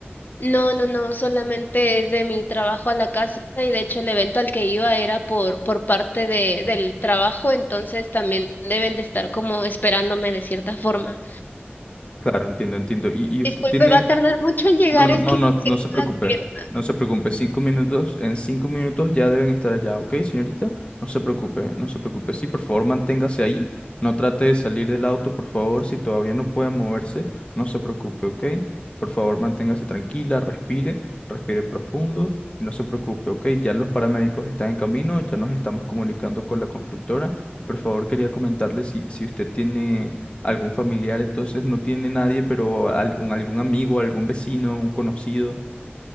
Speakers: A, on the left; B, on the left.
A: No, no, no, solamente es de mi trabajo a la casa y de hecho el evento al que iba era por, por parte de, del trabajo, entonces también deben de estar como esperándome de cierta forma.
B: Claro, entiendo, entiendo. ¿Y, y usted
A: Disculpe,
B: tiene,
A: va a tardar mucho en llegar,
B: No, no,
A: es
B: no,
A: que
B: no,
A: no sé
B: no se preocupe.
A: las vieron.
B: No se preocupe. Cinco minutos, en cinco minutos ya deben estar allá, ¿ok, señorita? No se preocupe, no se preocupe. Sí, por favor, manténgase ahí. No trate de salir del auto, por favor. Si todavía no puede moverse, no se preocupe, ¿ok? Por favor, manténgase tranquila, respire, respire profundo y no se preocupe, ¿ok? Ya los paramédicos están en camino, ya nos estamos comunicando con la constructora. Y por favor, quería comentarle si, si usted tiene algún familiar, entonces no tiene nadie, pero algún, algún amigo, algún vecino, un conocido.